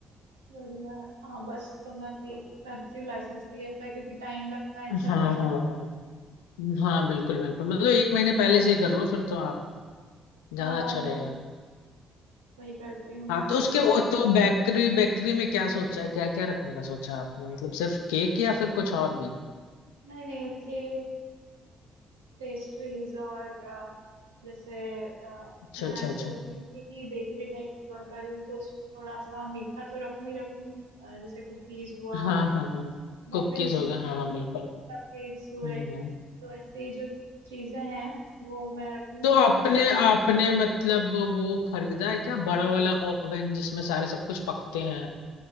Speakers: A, on the right; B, on the left.
A: बढ़िया हाँ बस तो मैं अभी करती हूँ लाइसेंस के लिए अप्लाई क्योंकि टाइम लगता है इन
B: हाँ
A: सब चीजों
B: हाँ
A: में
B: हाँ हाँ बिल्कुल बिल्कुल मतलब एक महीने पहले से ही कर लो फिर तो आप ज्यादा
A: हाँ
B: अच्छा
A: वो
B: रहेगा
A: वही करती हूँ मैं
B: हाँ तो
A: बस
B: उसके वो तो बेकरी बेकरी में क्या सोचा है क्या क्या रखने का सोचा है आपने मतलब सिर्फ केक या फिर कुछ और भी
A: नहीं नहीं केक पेस्ट्रीज और अ, जैसे अ,
B: अच्छा
A: मैं
B: अच्छा
A: सोच
B: अच्छा
A: रही थी कि बेकरी टाइप करूँ तो उसमें थोड़ा सा मीठा तो रखूं ही रखूं अ, जैसे कुकीज हुआ
B: हाँ <laughs> हाँ हाँ कुकीज
A: मफिन्स
B: हो
A: हुए
B: गया हाँ हाँ बिल्कुल
A: कपकेक्स हुए
B: हम्म
A: तो
B: हम्म।
A: ऐसी जो चीजें हैं वो मैं रख लूं
B: तो
A: और
B: आपने आपने मतलब वो खरीदा है क्या बड़ा वाला ओवन जिसमें सारे सब कुछ पकते हैं